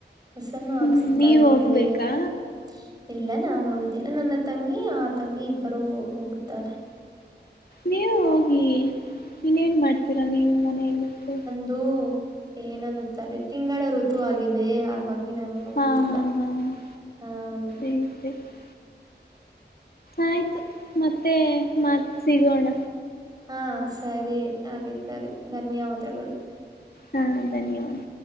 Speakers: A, on the right (about 20°); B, on the left (about 55°).
A: ಬಸನ್ನು ಹಾಕ್ಸಿದ್ದಾರೆ
B: ಹ್ಮ್ ನೀವ್
A: ಮದುವೆಗೆಂದು.
B: ಹೋಗ್ಬೇಕಾ
A: ಇಲ್ಲ ನಾನು ಹೋಗುದಿಲ್ಲ ನನ್ನ ತಂಗಿ ಆ ತಂಗಿ ಇಬ್ಬರು ಹೊ ಹೋಗುತ್ತಾರೆ.
B: ನೀವು ಹೋಗೀ ಇನ್ನೇನ್ ಮಾಡ್ತೀರಾ ನೀವು ಮನೆಯಲ್ಲಿದ್ದು.
A: ಅದೂ ಏನ್ನನ್ನುತ್ತಾರೆ ತಿಂಗಳ ಋತು ಆಗಿದೆ ಅ ಗಾಗಿ ನಾನು ಹೋಗುದಿಲ್ಲ
B: ಹಾ ಹಾ ಹಾ ಹಾ
A: ಹಾಂ.
B: <unintelligible> ಆಯ್ತು ಮತ್ತೆ ಮತ್ ಸಿಗೋಣ.
A: ಹಾಂ ಸರಿ ಆಗಿದ್ದರೆ ಧನ್ಯವಾದಗಳು.
B: ಹಾಂ ಧನ್ಯವಾದ್